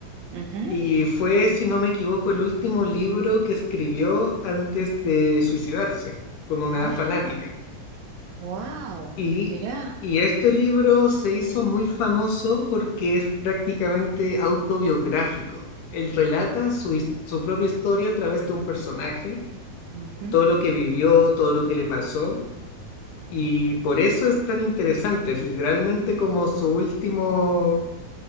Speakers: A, on the right (about 70°); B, on the left (about 65°).
A: Ujú.
B: y fue, si no me equivoco, el último libro que escribió antes de suicidarse con una
A: Ah,
B: fanática.
A: wow,
B: Y,
A: mirá,
B: y este libro se hizo muy famoso porque es prácticamente autobiográfico. Él relata su, his- su propia historia a través de un personaje,
A: Ujú.
B: todo lo que vivió, todo lo que le pasó, y por eso es tan interesante. Es literalmente como su último,